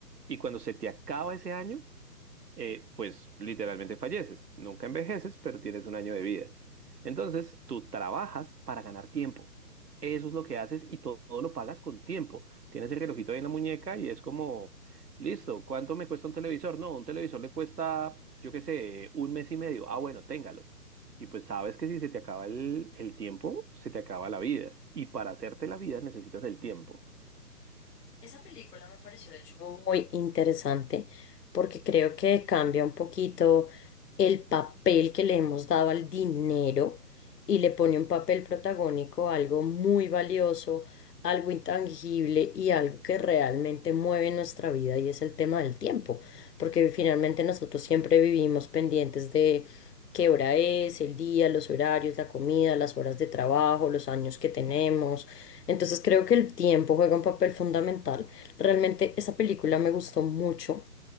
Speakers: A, on the right; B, on the left.
A: Y cuando se te acaba ese año, eh, pues literalmente falleces. Nunca envejeces, pero tienes un año de vida. Entonces, tú trabajas para ganar tiempo. Eso es lo que haces y to- todo, lo pagas con tiempo. Tienes el relojito ahí en la muñeca y es como, listo, ¿cuánto me cuesta un televisor? No, un televisor le cuesta, yo qué sé, un mes y medio. Ah, bueno, téngalo. Y pues sabes que si se te acaba el, el tiempo, se te acaba la vida. Y para hacerte la vida necesitas el tiempo.
B: Esa película me pareció de hecho muy interesante porque creo que cambia un poquito el papel que le hemos dado al dinero y le pone un papel protagónico, algo muy valioso, algo intangible y algo que realmente mueve nuestra vida y es el tema del tiempo, porque finalmente nosotros siempre vivimos pendientes de qué hora es, el día, los horarios, la comida, las horas de trabajo, los años que tenemos. Entonces creo que el tiempo juega un papel fundamental. Realmente esa película me gustó mucho.